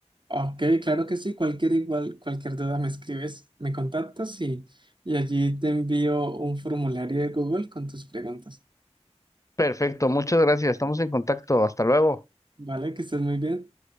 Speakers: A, on the right; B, on the left.
A: Ok, claro que sí. Cualquier igual, cualquier duda me escribes, me contactas y, y allí te envío un formulario de Google con tus preguntas.
B: Perfecto, muchas gracias. Estamos en contacto. Hasta luego.
A: Vale, que estés muy bien.